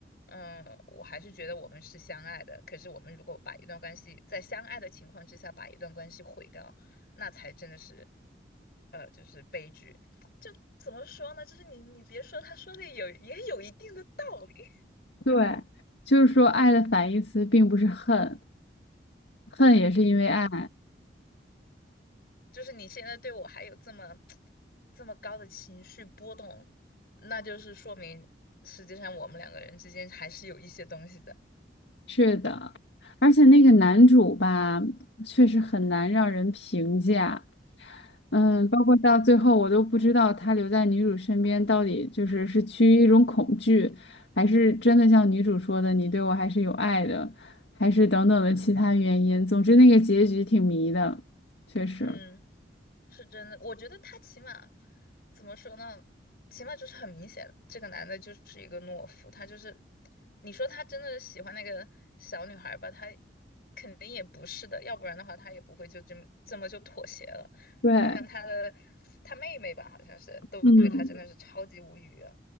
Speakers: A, on the left; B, on the left.
A: 嗯，我还是觉得我们是相爱的。可是我们如果把一段关系在相爱的情况之下把一段关系毁掉，那才真的是，呃，就是悲剧。就怎么说呢？就是你你别说，他说的有也有一定的道理。
B: 对，就是说，爱的反义词并不是恨，恨也是因为爱。
A: 就是你现在对我还有这么 <tsk> 这么高的情绪波动，那就是说明实际上我们两个人之间还是有一些东西的。
B: 是的，而且那个男主吧，确实很难让人评价。嗯，包括到最后，我都不知道他留在女主身边到底就是是趋于一种恐惧，还是真的像女主说的，你对我还是有爱的，还是等等的其他原因。总之，那个结局挺迷的，确实。
A: 嗯，是真的，我觉得他起码怎么说呢？起码就是很明显，这个男的就是一个懦夫，他就是，你说他真的喜欢那个小女孩吧，他肯定也不是的，要不然的话他也不会就这么这么就妥协了。
B: 对，
A: 你看他的他妹妹吧，好像是都对他真的是超级无语啊，
B: 嗯，